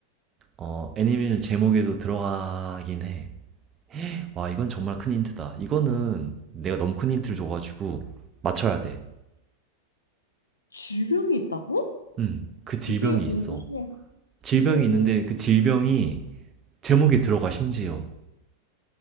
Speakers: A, on the right (about 25°); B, on the left (about 75°).
A: 어, 애니메이션 제목에도 들어가긴 해. 와, 이건 정말 큰 힌트다. 이거는 내가 너무 큰 힌트를 줘가지고 맞춰야 돼.
B: 질병이 있다고?
A: 음, 그 질병이
B: DJ의 공주
A: 있어.
B: 중에
A: 질병이
B: DJ의 공주
A: 있는데 그 질병이 제목에 들어가 심지어.